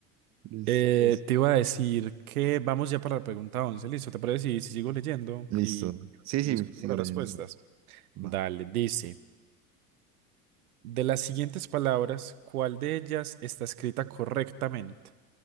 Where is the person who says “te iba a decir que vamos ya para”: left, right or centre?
Right